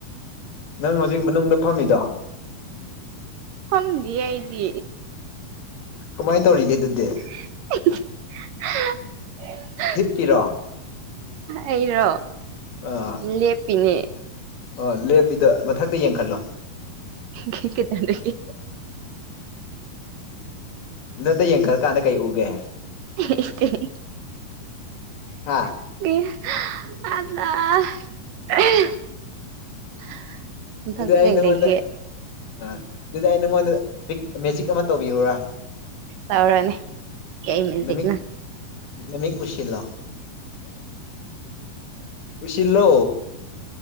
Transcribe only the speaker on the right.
ꯐꯝꯗꯤꯌꯦ ꯑꯩꯗꯤ꯫
<inaudible>
ꯑꯩꯔꯣ
ꯂꯦꯞꯄꯤꯅꯦ
<unintelligible>
ꯏꯁꯇꯦ꯫
<unintelligible> ꯃꯊꯪꯇ
ꯀꯩ
ꯂꯩꯒꯦ
ꯇꯧꯔꯅꯤ ꯀꯩ ꯃꯦꯖꯤꯛꯅ